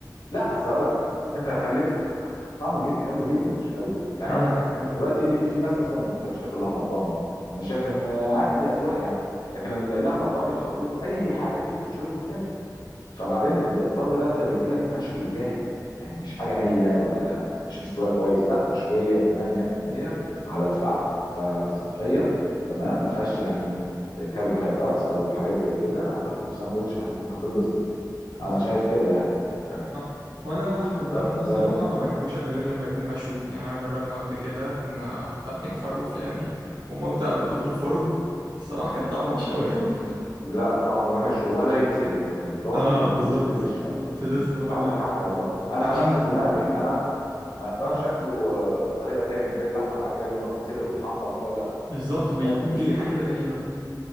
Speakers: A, on the left; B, on the right.
A: لا اصل هقول لك حاجه انت خلي طعمه جي- حلو جدا مش قوي يعني
B: امم
A: اقول لك حاجه انت دلوقتي في ناس اصلا ما بتحبش تاكل لحمه الضاني انا شايف ان عادي دي اذواق يعني لكن اللحمه الضاني الخروف اي حاجه فيه بتتشوي وبتتاكل فبعدين الطرب ده انت بيجي لك مشوي جاهز يعني مش حاجه نيه ولا مش مستويه كويس لا مشويه تمام 100% على الفحم فصحيه تمام ما فيهاش يعني كربوهيدرات او حاجات زي كده هتاكله في ساندوتش هت- هتتبسط
B: بالظبط
A: انا شايف كده يعني يعني
B: آه. وانا اللحم الضاني
A: ده
B: دي الصراحه
A: ده بن-
B: ما بحبوش الا غير لما يكون مشوي يعني انا جربنا قبل كده كنا دافعين خروف يعني ومامتي عملته في الفرن الصراحه كان طعمه وحش قوي <laughs>
A: لا طعم وحش ولا يتسلق الضاني
B: اه
A: ملوش
B: بالظبط
A: غير الشوي
B: كنت
A: دي-
B: لسه
A: انت
B: هقول
A: عندك
B: لك
A: حق والله انا
B: عشان
A: نفس الدماغ يعني انا ما اقدرش
B: آه،
A: اكله آه، بطريقه تاني زي اللحمه العجالة ان هو بيتسلق ويتحمر وكده لا
B: بالظبط بيكون
A: لازم يتشوي
B: في ريحه كده غريبه